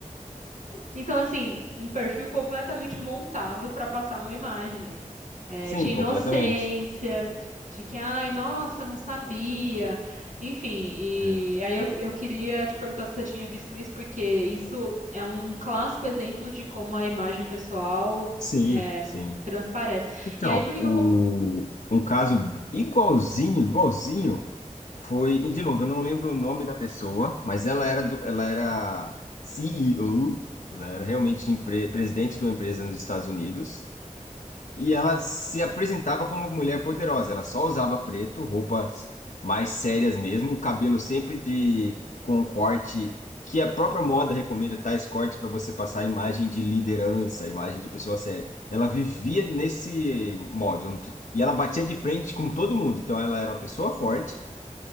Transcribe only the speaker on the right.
Então assim, um perfil completamente montado pra passar uma imagem é,
de inocência,
de que, ai, nossa, não sabia. Enfim, e
aí eu, eu queria te perguntar se você tinha visto isso, porque isso é um clássico exemplo de como a imagem pessoal
é,
transparece.
E aí, por que
que eu. com-